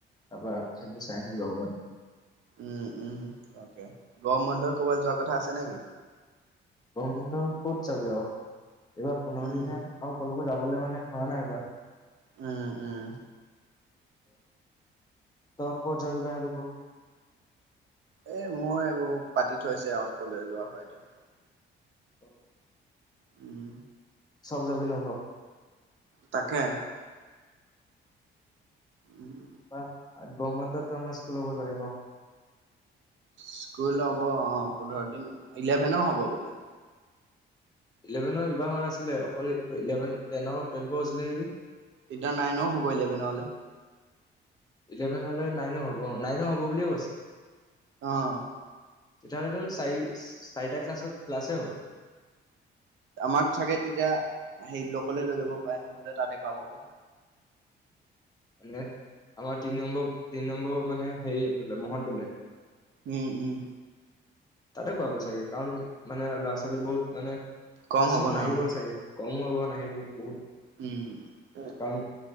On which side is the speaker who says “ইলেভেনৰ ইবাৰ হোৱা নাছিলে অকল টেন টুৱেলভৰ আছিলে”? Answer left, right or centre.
Left